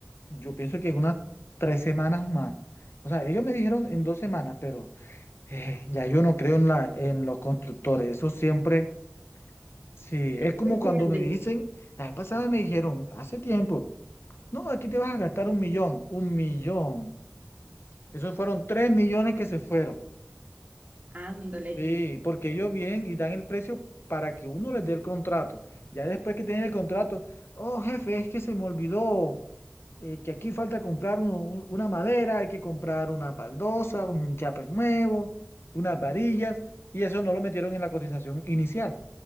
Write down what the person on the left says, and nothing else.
Yo pienso que en unas tres semanas más. O sea, ellos me dijeron en dos semanas, pero... Eh, ya yo no creo en la, en los constructores, eso siempre, sí, es como
cuando me dicen, la vez pasada me dijeron, hace tiempo, no, aquí te vas a gastar un millón, un millón, esos fueron tres millones que se fueron,
sí, porque ellos vienen y dan el precio para que uno les dé el contrato, ya después que tienen el contrato, oh jefe, es que se me olvidó, eh, que aquí falta comprar un- un- una madera, hay que comprar unas baldosas, un enchape nuevo, unas varillas, y eso no lo metieron en la cotización inicial.